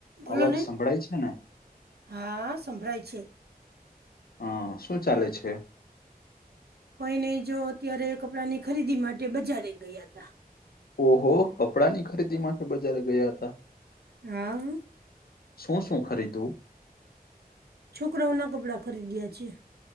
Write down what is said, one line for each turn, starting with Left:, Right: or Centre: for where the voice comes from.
Right: બોલો
Left: અવાજ
Right: ને
Left: સંભળાય છે ને
Right: હા સંભળાય છે.
Left: હા શું ચાલે છે.
Right: કોઈ નહી જો અત્યારે કપડાં ની ખરીદી માટે બજારે ગયા ત
Left: ઓહો કપડા ની ખરીદી માટે બજારે ગયા હતા
Right: હા
Left: શું શું ખરીદવું
Right: છોકરાઓના કપડા ખરીદ્યા છીએ